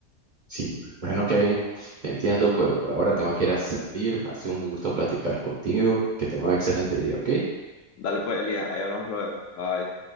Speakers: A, on the right; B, on the left.
A: Sí, bueno, Kevin, te entiendo, pero por ahora tengo que ir a salir. Ha sido un gusto platicar contigo, que tenga un excelente día, ¿ok?
B: Dale pues, Elías, ahí hablamos luego. Bye.